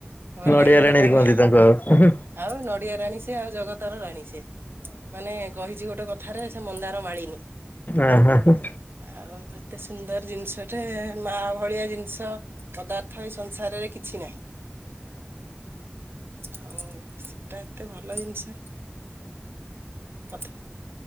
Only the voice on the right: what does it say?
ଭଲ
ଲାଗିବନି
କଣ ପାଇଁ
ଆଉ ନଡିଆ ରାଣୀ ସେ ଆଉ ଜଗତ ର ରାଣୀ ସେ ମାନେ କହିଛି ଗୋଟେ କଥାରେ ସେ ମନ୍ଦାର ମାଳିନୀ।
ଆଉ ଏତେ ସୁନ୍ଦର ଜିନିଷଟେ ମା ଭଳିଆ ଜିନିଷ ପଦାର୍ଥ ଏସ ସାରେ କିଛି ନାହିଁ ଆଉ ଏଟା ଏତେ ଭଲ ଜିନିଷ। କଥା